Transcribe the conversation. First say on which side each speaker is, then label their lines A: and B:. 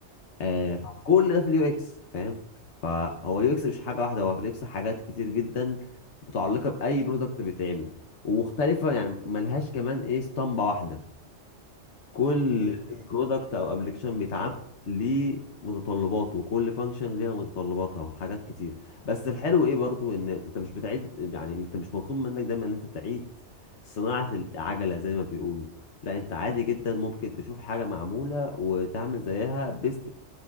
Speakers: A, on the left (about 75°); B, on the left (about 35°).
A: آه،
B: مم.
A: فكل ده في اليو اكس فاهم فهو اليو اكس مش حاجه واحده هو اليو اكس حاجات كتير جدا متعلقه باي برودكت بيتعمل ومختلفه يعني ملهاش كمان ايه اسطمبه واحده كل
B: مم. مم.
A: برودكت او ابلكيشن بيتعمل
B: فاهمك
A: ليه متطلباته وكل فانكشن ليها متطلباتها وحاجات كتير بس الحلو ايه برضو ان انت مش بتعيد يعني انت مش مطلوب منك دايما ان انت تعيد صناعة العجلة زي ما بيقولوا لا انت عادي جدا ممكن تشوف حاجة معمولة وتعمل زيها بس